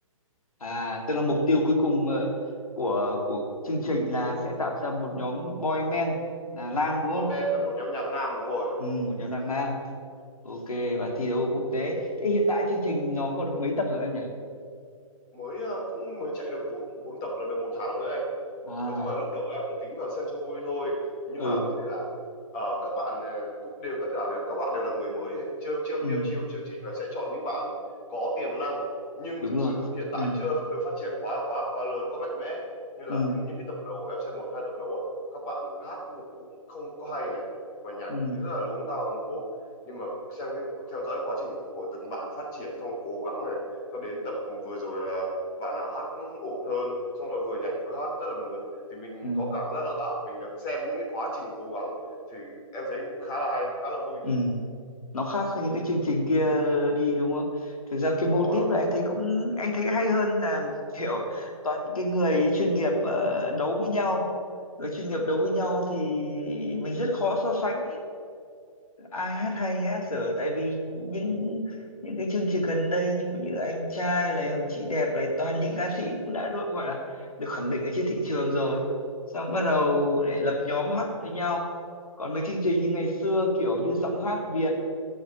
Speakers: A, on the left (about 85°); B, on the left (about 25°).
A: À, tức là mục tiêu cuối cùng ờ, của của chương trình là sẽ tạo ra một nhóm boy men là nam đúng
B: Boy
A: không?
B: band là một nhóm nhạc nam đúng rồi.
A: Ừ, một nhóm là nam. Ok và thi đấu ở quốc tế. Thế hiện tại chương trình nó có được mấy tập rồi em nhỉ?
B: Mới ờ, cũng mới chạy được bốn bốn tập là được một tháng rồi đấy anh.
A: À,
B: nói chung là lúc đầu em cũng tính vào xem cho vui thôi nhưng
A: ừ,
B: mà vấn đề là ờ, các bạn ờ, cũng đều tất cả đều các bạn đều là người mới chiêu chiêu
A: ừ,
B: tiêu chí của chương trình là sẽ chọn những bạn có tiềm năng nhưng
A: đúng
B: thực
A: rồi.
B: sự hiện
A: Ừ,
B: tại chưa được phát triển quá quá quá lớn quá mạnh mẽ nên
A: ừ,
B: là cứ những cái tập đầu em xem một hai tập đầu á các bạn hát cũng không có hay này mà nhảy
A: ừ,
B: thì rất là luống tao luống cuống nhưng mà xem cái theo dõi quá trình của từng bạn phát triển xong rồi cố gắng này cho đến tập vừa rồi là bạn nào hát cũng ổn hơn xong rồi vừa nhảy vừa hát rất là mượt thì mình
A: ừ, ừ.
B: có cảm giác là à mình được xem những cái quá trình cố gắng thì em thấy cũng khá là hay khá là vui
A: ừ. nó khác với những cái chương trình kia đi đúng không thực ra cái mô
B: đúng rồi
A: típ là anh thấy cũng anh thấy hay hơn là <laughs> kiểu toàn những cái người chuyên nghiệp ờ, đấu với nhau người chuyên nghiệp đấu với nhau thì mình rất khó so sánh ý. ai hát hay ai hát dở tại vì những những cái chương trình gần đây ví dụ như anh trai này hoặc chị đẹp này toàn những ca sĩ cũng đã đội gọi là được khẳng định ở trên thị trường rồi xong bắt đầu lại lập nhóm hát với nhau còn mấy chương trình như ngày xưa kiểu như giọng hát Việt